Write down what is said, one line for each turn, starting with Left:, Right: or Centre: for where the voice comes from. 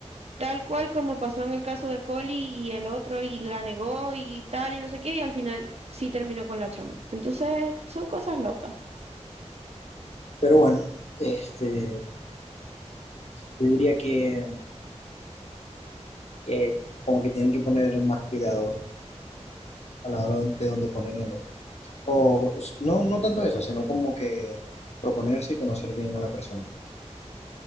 Right: tal cual como pasó en el caso de Foley y el otro, y la negó y tal, y no sé qué, y al final sí terminó con la chama. Entonces, son cosas locas,
Left: Pero bueno, este, yo diría que, que como que tienen que poner más cuidado a la hora de dónde ponen el ojo. O pues, no, no tanto eso, sino como que proponerse y conocer bien a la persona.